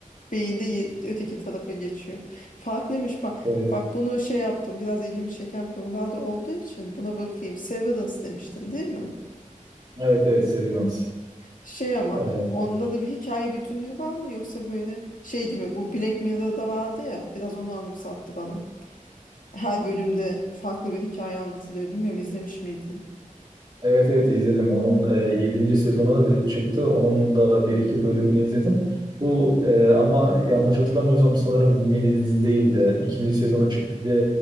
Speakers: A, on the left; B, on the right.
A: Beyinde ye- öteki tarafa geçiyor. Farklıymış bak.
B: Evet.
A: Bak bunu şey yaptım. Biraz ilgimi çeken konularda olduğu için buna bakayım. Severance demiştin değil mi?
B: Evet evet Severance.
A: Şey ama
B: Ee,
A: onda da bir hikaye bütünlüğü var mı yoksa böyle şey gibi bu Black Mirror'da vardı ya biraz onu anımsattı bana. Her bölümde farklı bir hikaye anlatılıyor. Bilmiyorum izlemiş miydin?
B: Evet evet izledim. Onun e, 7. sezonu da çıktı. Onun da bir iki bölümünü izledim. Bu e, ama yanlış hatırlamıyorsam sanırım mini dizi değil de ikinci sezonu çıktı diye